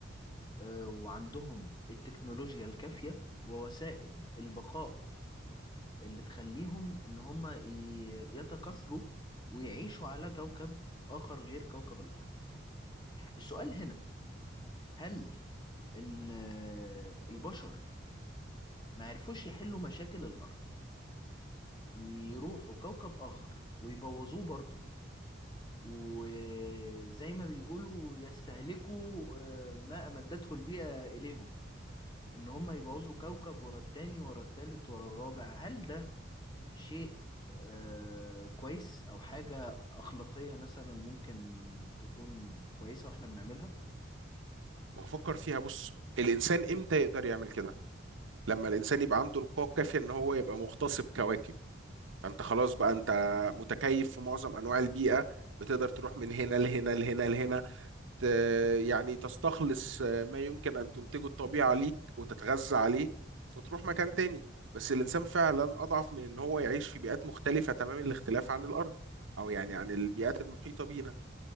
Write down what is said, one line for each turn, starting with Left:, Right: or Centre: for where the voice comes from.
Left: آه، وعندهم التكنولوجيا الكافية ووسائل البقاء اللي تخليهم ان هم ي- يتكاثروا ويعيشوا على كوكب اخر غير كوكب الارض السؤال هنا هل ان آه، البشر ما عرفوش يحلوا مشاكل الارض يروحوا كوكب اخر ويبوظوه برضه وزي ما بيقولوا يستهلكوا آه، ما امدته البيئة اليهم ان هم يبوظوا كوكب ورا التاني ورا التالت ورا الرابع هل ده شيء آه، كويس او حاجة اخلاقية مثلا ممكن تكون كويسة واحنا بنعملها
Right: ما هو فكر فيها بص الانسان امتى يقدر يعمل كده لما الانسان يبقى عنده القوه الكافيه ان هو يبقى مغتصب كواكب فانت خلاص بقى انت متكيف في معظم انواع البيئه بتقدر تروح من هنا لهنا لهنا لهنا آه، يعني تستخلص آه، ما يمكن أن تنتجه الطبيعة ليك وتتغذى عليه وتروح مكان تاني بس الإنسان فعلا أضعف من إن هو يعيش في بيئات مختلفة تمام الاختلاف عن الأرض أو يعني عن البيئات المحيطة بينا